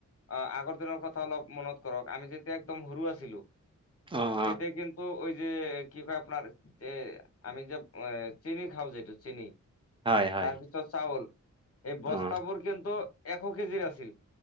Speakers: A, on the left; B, on the right.
A: অ', আগৰ দিনৰ কথা অলপ মনত কৰক, আমি যেতিয়া একদম সৰু আছিলো
B: অ অ
A: তেতিয়া কিন্তু ঐ যে, কি কয় আপোনাৰ যে আমি যে, এ, চিনি খাওঁ যিটো চিনি
B: হয় হয়
A: তাৰপিছত চাউল, এই বস্তাবোৰ
B: অ
A: কিন্তু এশ কেজিৰ আছিল।